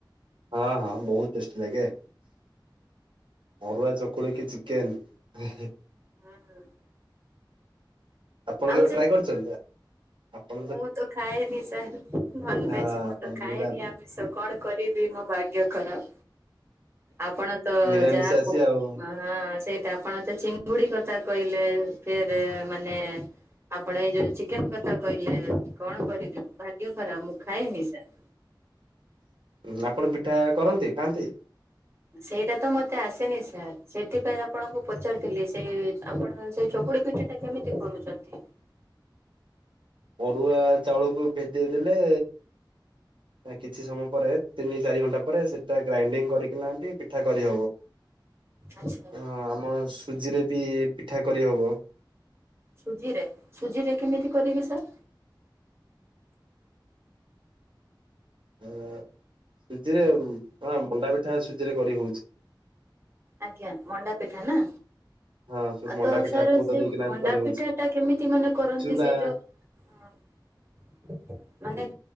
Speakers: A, on the right; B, on the right.
A: ହଁ ହଁ ବୋହୁତ ଟେଷ୍ଟି ଲାଗେ। ଅରୁଆ ଚକୁଳି କି ଚିକେନ
B: <unintelligible>
A: ପଣ
B: ଆଉ
A: କେବେ
B: ସାର୍
A: ଟ୍ରାଏ କରୁଚନ୍ତିନା ଆପ
B: ମୁଁ ତ ଖାଏନି ସାର୍ ନନଭେଜ୍
A: ହଁ
B: ମୁଁ
A: ଆପଣ
B: ତ ଖାଏନି
A: ନିରା
B: ଆମିଷ କଣ କରିବି ମୋ ଭାଗ୍ୟ ଖରାପ ଆପଣ ତ
A: ନିରାମିଷ
B: ଯାହା
A: ଆସି
B: କୁ
A: ଆଉ
B: ମା ହଁ ସେଇଟା ଆପଣ ତ ଚିଙ୍ଗୁଡି କଥା କହିଲେ ଫେରେ ମାନେ ଆପଣ ଏଇ ଯୋଉ ଚିକେନ କଥା କହିଲେ କଣ କରିବି ଭାଗ୍ୟ ଖରାପ ମୁଁ ଖାଏନି ସାର୍।
A: ଉଁ ଆପଣ ପିଠା କରନ୍ତି ଖାଆନ୍ତି।
B: ସେଇଟା ତ ମତେ ଆସେନି ସାର୍ ସେଥିପାଇଁ ଆପଣଙ୍କୁ ପଚାରୁଥିଲି ସେଇ ଆପଣ ସେ ଚକୁଳି ପିଠାଟା କେମିତି କରୁଚନ୍ତି।
A: ଅରୁଆ ଚାଉଳକୁ ଭେଦେଇ ଦେଲେ ଏଁ କିଛି ସମୟ ପରେ ତିନି ଚାରି ଘଣ୍ଟା ପରେ ସେଟା ଗ୍ରାଇଡିଙ୍ଗି କରି କିନା ବି ପିଠା କରିହବ।
B: ଆଚ୍ଛା
A: ହଁ ଆମ ସୁଜିରେ ବି ପିଠା କରିହବ।
B: ସୁଜିରେ ସୁଜିରେ କେମିତି କରିବି ସାର୍।
A: ଏଁ ସୁଜିରେ କଁ ମଣ୍ଡା ପିଠା ସୁଜିରେ କରି ହୋଉଛି।
B: ଆଜ୍ଞା ମଣ୍ଡା ପିଠା ନା।
A: ହଁ
B: ଆଉ
A: ମଣ୍ଡା
B: ତ
A: ପିଠା
B: ସାର୍
A: ପୁର
B: ସେ
A: ଦେଇକିନା
B: ମଣ୍ଡା
A: ବି କରିହଉଛି।
B: ପିଠା ଟା କେମିତି ମାନେ କରନ୍ତି
A: ଚୁନା
B: ସେଇ ଯୋଉ ଅଁ ମାନେ